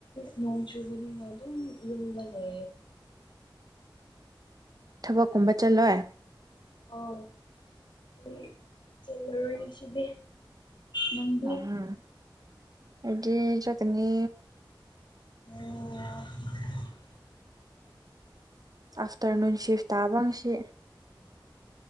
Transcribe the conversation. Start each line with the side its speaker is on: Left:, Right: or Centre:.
Left: ꯅꯧꯖꯨꯕꯔꯤ ꯂ ꯑꯗꯨ ꯌꯗꯂꯦ
Right: ꯊꯕꯛꯀꯨꯝꯕ ꯆꯠꯂꯣꯏ
Left: ꯑꯥꯎ ꯑꯩ ꯆꯜꯂꯔꯣꯏ ꯉꯁꯤꯗꯤ ꯅꯪꯗꯤ
Right: ꯎꯝ ꯑꯩꯗꯤ ꯆꯠꯅꯤ
Left: ꯑ
Right: ꯑꯥꯐꯇꯔꯅꯨꯟ ꯁꯤꯐ ꯇꯥꯕ ꯉꯁꯤ